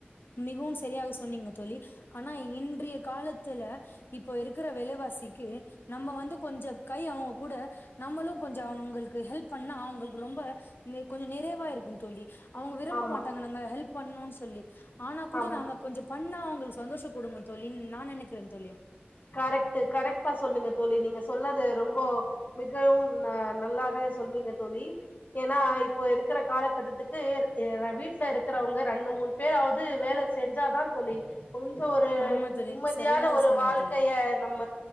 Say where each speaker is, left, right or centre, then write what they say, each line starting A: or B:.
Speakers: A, on the left; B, on the left.
A: மிகவும் சரியாக சொன்னீங்க தோழி ஆனா இன்றைய கால த்துல இப்போ இருக்குற வெலைவாசிக்கி நம்ம வந்து கொஞ்சோ கை அவுங்க கூட நம்மளு கொஞ்சோ அவங்களுக்கு ஹெல்ப் பண்ணா அவங்களுக்கு ரொம்ப நெ கொஞ்சோ நெறைவா இருக்கு தோழி அவுங்க விரும்ப
B: ஆமா
A: மாட்டாங்க நாங்க ஹெல்ப் பண்ணுன் சொல்லி ஆனா கூட
B: ஆமா
A: நாம கொஞ்சோ பண்ணா அவுங்களுக்கு சந்தோஷோ படுங்க தோழி நா நெனைக்கிறே தோழி
B: கரெக்ட்டு கரெக்ட்டா சொன்னிங்க தோழி நீங்க சொன்னது ரொம்போ மிகவு அ ந நல்லாக சொன்னீங்க தோழி ஏன்னா இப்போ இருக்குற காலகட்டத்துக்கு அ வீட்ல இருக்கறவங்க ரெண்டு மூண் பேராவது வேல செஞ்சாதா தோழி கொஞ்சோ ஒரு
A: ஆமா தோழி
B: நிம்மதியான
A: சரியா
B: ஒரு
A: சொன்னீங்க
B: வாழ்க்கைய
A: தோழி
B: நம்ம